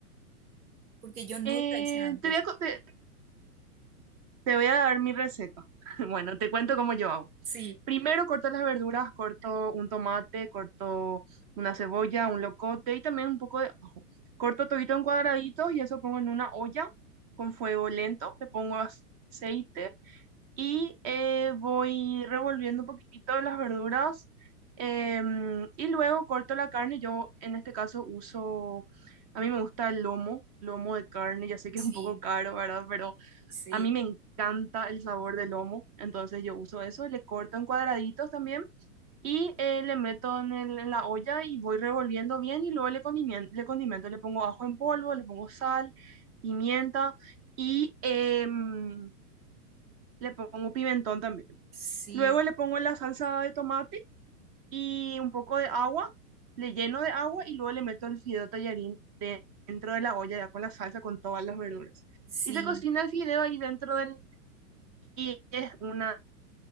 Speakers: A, on the right; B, on the right.
A: porque yo nunca
B: Eh,
A: hice antes.
B: te voy a, co- te te voy a dar mi receta. <laughs> Bueno, te cuento cómo yo hago.
A: Sí,
B: Primero corto las verduras, corto un tomate, corto una cebolla, un locote y también un poco de ajo. Corto todito en cuadraditos y eso pongo en una olla con fuego lento. Le pongo aceite y eh, voy revolviendo un poquitito de las verduras. em, y luego corto la carne. Yo en este caso uso, a mí me gusta el lomo, lomo de carne. Ya sé que
A: sí,
B: es un poco caro, ¿verdad? Pero
A: sí,
B: a mí me encanta el sabor del lomo, entonces yo uso eso, le corto en cuadraditos también y eh, le meto en, el- en la olla y voy revolviendo bien y luego le condimento, le condimento, le pongo ajo en polvo, le pongo sal, pimienta y em, le pongo pimentón también.
A: sí,
B: Luego le pongo la salsa de tomate y un poco de agua, le lleno de agua y luego le meto el fideo tallarín de- dentro de la olla ya con la salsa, con todas las verduras.
A: sí.
B: Y se cocina el fideo ahí dentro del, y es una